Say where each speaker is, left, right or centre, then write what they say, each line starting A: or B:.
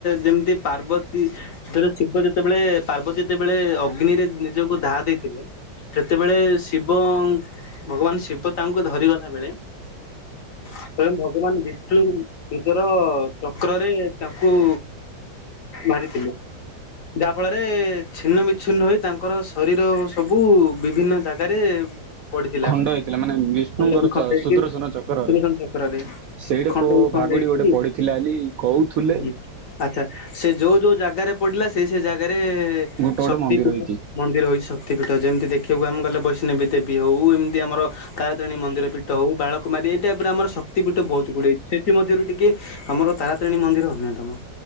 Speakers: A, on the left; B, on the right.
A: ଯେମିତି ପାର୍ବତୀ ଯେତେବେଳେ ଶିବ ଯେତେବେଳେ ପାର୍ବତୀ ଯେତେବେଳେ ଅଗ୍ନିରେ ନିଜକୁ ଦାହା ଦେଇଥିଲେ ସେତେବେଳେ ଶିବ ଭଗବାନ ଶିବ ତାଙ୍କୁ ଧରିଗଲାବେଳେ ସ୍ଵୟଂ ଭଗବାନ ବିଶ୍ ଷ୍ଣୁ ନିଜର ଚକ୍ରରେ ତାଙ୍କୁ ମାରିଥିଲେ। ଯାହା ଫଳରେ ଛିନ୍ନ ବିଚ୍ଛିନ୍ନ ହୋଇ ତାଙ୍କର ଶରୀର ସବୁ ବିଭିନ୍ନ ଜାଗାରେ ପଡିଥିଲା,
B: ଖଣ୍ଡ ହେଇଥିଲା ମାନେ ବିଷ୍ଣୁଙ୍କର
A: ଖଣ୍ଡ ବିଖଣ୍ଡ
B: ଚ
A: ହେଇକି
B: ସୁଦର୍ଶନ
A: ସୁଦର୍ଶନ
B: ଚକ୍ରରେ।
A: ଚକ୍ରରେ
B: ସେଇଠି
A: ଖଣ୍ଡ
B: କୋଉ
A: ବିଖଣ୍ଡ
B: ଭାଗୁଡି
A: ହେଇକି,
B: ଗୋଟେ ପଡିଥିଲା ବୋଲି କହୁଥିଲେ।
A: <unintelligible> ଆଛା ସେ ଯୋଉ ଯୋଉ ଜାଗାରେ ପଡିଲା, ସେଇ ସେଇ ଜାଗାରେ
B: ଗୋଟେ ଗୋଟେ
A: ଶକ୍ତି
B: ମନ୍ଦିର
A: ପୀଠ
B: ହେଇଛି
A: ମନ୍ଦିର ହୋଇଛି ଶକ୍ତିପୀଠ, ଯେମିତି ଦେଖିବାକୁ ଆମେ ଗଲେ ବୈଷ୍ଣବୀ ଦେବୀ ହେଉ, ଏମିତି ଆମର ତାରାତାରେଣୀ ମନ୍ଦିର ପୀଠ ହଉ, ବାଳକୁମାରୀ ଏଇ ଟାଇପର ଆମର ଶ କ୍ତି ପୀଠ ବହୁତ ଗୁଡ଼ିଏ, ସେଥିମଧ୍ୟରୁ ଟିକେ ଆମର ତାରାତାରେଣୀ ମନ୍ଦିର ଅନ୍ୟତମ।